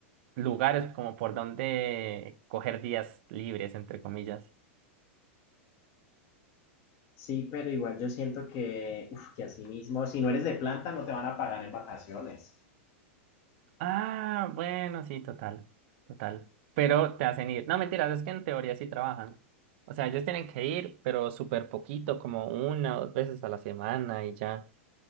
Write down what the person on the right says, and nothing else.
lugares como por donde coger días libres, entre comillas.
Ah, bueno, sí, total, total. Pero te hacen ir. No, mentiras, es que en teoría sí trabajan. O sea, ellos tienen que ir, pero súper poquito, como una o dos veces a la semana y ya.